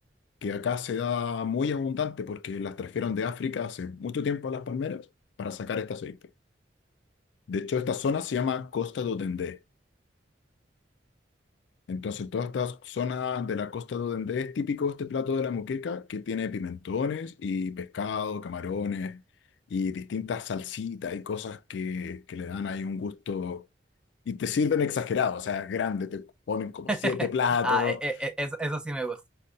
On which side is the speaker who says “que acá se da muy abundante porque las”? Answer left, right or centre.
Left